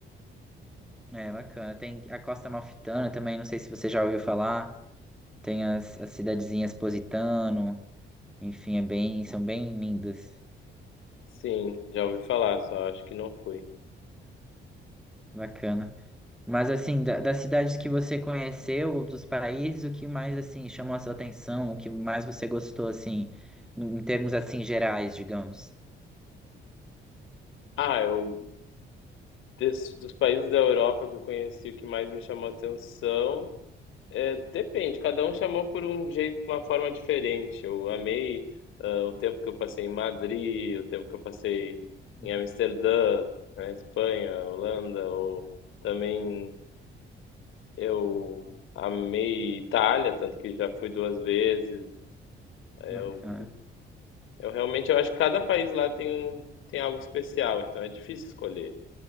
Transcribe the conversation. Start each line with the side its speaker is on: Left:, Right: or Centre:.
Centre: É bacana. Tem a Costa Amalfitana também, não sei se você já ouviu falar. Tem as, as cidadezinhas Positano. Enfim, é bem, são bem lindas.
Left: Sim, já ouvi falar, só acho que não fui.
Centre: Bacana. Mas assim, da- das cidades que você conheceu, dos países, o que mais assim chamou a sua atenção, o que mais você gostou assim, em termos assim gerais, digamos?
Left: Ah, eu des- dos países da Europa que eu conheci, o que mais me chamou atenção é, depende, cada um chamou por um jeito, uma forma diferente. Eu amei ah, o tempo que eu passei em Madrid, o tempo que eu passei
Centre: Uhum,
Left: em Amsterdã, na Espanha, Holanda, ou também eu amei Itália, tanto que já fui duas vezes. Eu,
Centre: Bacana.
Left: eu realmente eu acho que cada país lá tem um, tem algo especial, então é difícil escolher.